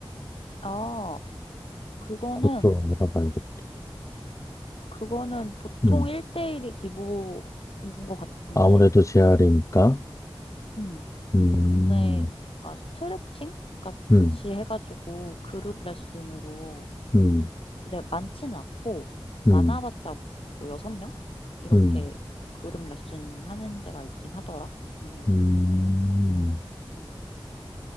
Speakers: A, on the left; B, on the left.
A: 아, 그거는
B: 그것도 알아봐야겠다.
A: 그거는 보통
B: 음.
A: 1대1이 기본인 것 같은데,
B: 아무래도 재활이니까.
A: 음.
B: 음,
A: 근데 뭔가 스트레칭 같이
B: 음,
A: 해가지고 그룹 레슨으로,
B: 음,
A: 근데 많지는 않고, 많아봤자
B: 음,
A: 뭐 6명? 이렇게
B: 음,
A: 그룹 레슨 하는 데가 있긴 하더라, 동네에.
B: 음.
A: 음.